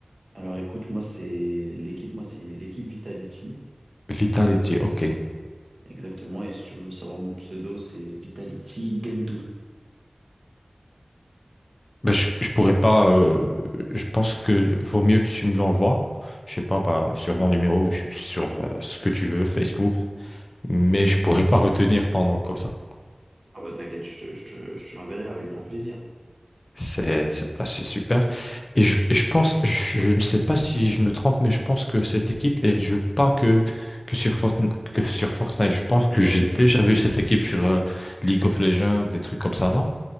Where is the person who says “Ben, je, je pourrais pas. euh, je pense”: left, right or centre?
Left